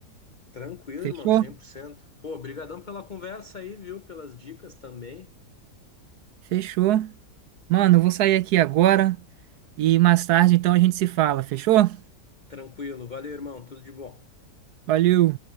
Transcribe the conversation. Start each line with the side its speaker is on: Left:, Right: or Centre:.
Left: Tranquilo,
Right: Fechou?
Left: irmão, cem por cento Pô, brigadão pela conversa aí, viu? Pelas dicas também.
Right: Fechou. Mano, eu vou sair aqui agora e mais tarde, então, a gente se fala. Fechou?
Left: Tranquilo, valeu, irmão, tudo de bom.
Right: Valeu!